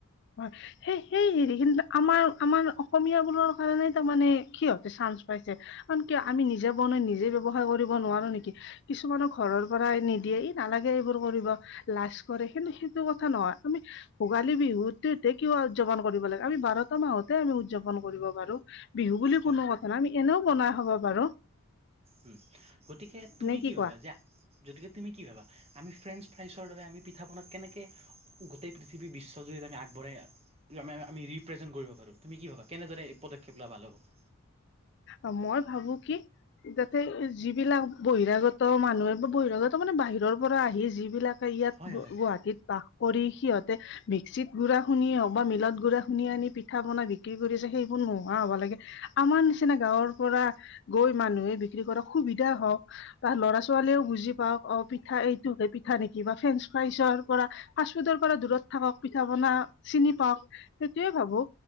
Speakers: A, on the left (about 50°); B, on the right (about 25°).
A: অ', সেই-সেই হেৰি কিন্তু আমাৰ-আমাৰ অসমীয়াবোৰৰ কাৰণে তাৰমানে সিহঁতে চানচ পাইছে। কাৰণ কিয় আমি নিজে বনাই নিজে ব্যৱসায় কৰিব নোৱাৰো নেকি কিছুমানৰ ঘৰৰ পৰা নিদিয়ে ই নালাগে এইবোৰ কৰিব লাজ কৰে কিন্তু সেইটো কথা নহয় আমি ভোগালী বিহুত <unintelligible> কিয় উদযাপন কৰিব লাগে আমি বাৰটা মাহতে আমি উদযাপন কৰিব পাৰো বিহু বুলি
B: হয়
A: কোনো কথ <unintelligible> আমি এনেও বনাই খাব পাৰোঁ।
B: উম, গতিকে তুমি
A: নে
B: কি ভাবা
A: কোৱা
B: যে যতিকে তুমি কি ভাবা আমি ফ্ৰেঞ্চ ফ্ৰাইচৰ দৰে আমি পিঠা পনা কেনেকে গোটেই পৃথিৱী বিশ্বজুৰিত আমি আগবঢ়াই <unintelligible> আমি ৰিপ্ৰেজেণ্ট কৰিব পাৰো তুমি কি ভাবা কেনেদৰে এই পদক্ষেপ লোৱা ভাল হ'ব?
A: অ' মই ভাবো কি যাতে যিবিলাক বহিৰাগত মানুহে বা বহিৰাগত মানে বাহিৰৰ পৰা আহি যিবিলাক ত'ইয়াত
B: হয়
A: গুৱ-গুৱাহাটীত
B: হয়
A: বাস কৰি সিহঁতে মিক্সিত গুড়া খুন্দি হওক বা মিলত গুড়া খুন্দি আনি পিঠা পনা বিক্ৰী কৰি আছে সেইবোৰ নোহোৱা হ'বা লাগে। আমাৰ নিছিনা গাওঁত পৰা গৈ মানুহে বিক্ৰী কৰা সুবিধা হও বা ল'ৰা-ছোৱালীয়েও বুজি পাওক অ' পিঠা এইটোক পিঠা নেকি বা ফ্ৰেন্ঞ্চ ফ্ৰাইচৰ পৰা ফাষ্টফুডৰ পৰা দূৰত থাকক পিঠা পনা চিনি পাওক সেইটোয়ে ভাবো।